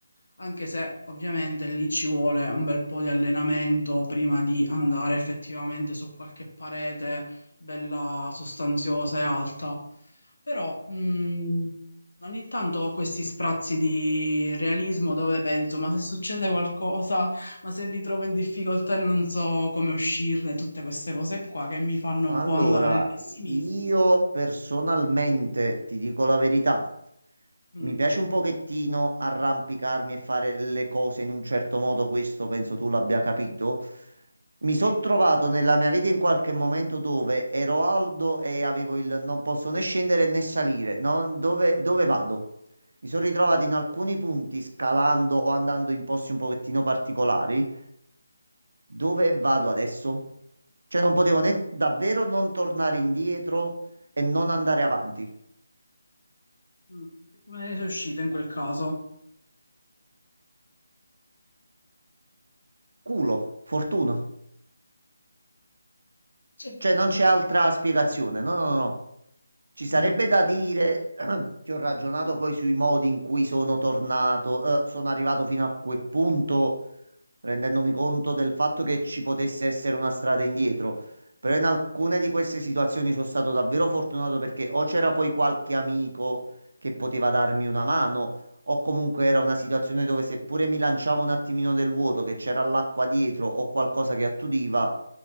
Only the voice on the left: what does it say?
anche se ovviamente lì ci vuole un bel po' di allenamento prima di andare effettivamente su qualche parete bella sostanziosa e alta. Però, mm, Ogni tanto ho questi sprazzi di realismo dove penso, ma se succede qualcosa, ma se mi trovo in difficoltà e non so come uscirne, tutte queste cose qua che mi fanno
un po' andare nel pessimismo.
Mm,
sì.
Mm. Come ne sei uscito in quel caso?
Cioè,
mm.